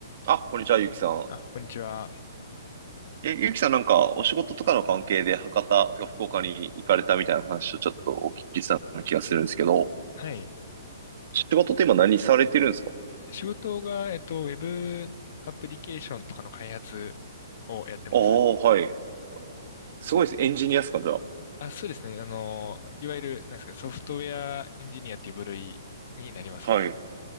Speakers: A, on the right; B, on the left.
A: あ、こんにちは、ゆうきさん。
B: あ、こんにちは。
A: え、ゆうきさんなんか、お仕事とかの関係で博多とか福岡に行かれたみたいな話をちょっとお聞きしたような気がするんですけど、
B: はい。
A: 仕事って今何されてるんですか
B: 仕事が、えっと、ウェブアプリケーションとかの開発をやってます。
A: ああ、はい。すごいです。エンジニアですか、じゃあ。
B: あ、そうですね。あの、いわゆる、なんですか、ソフトウェアエンジニアっていう部類になりますね。
A: はい。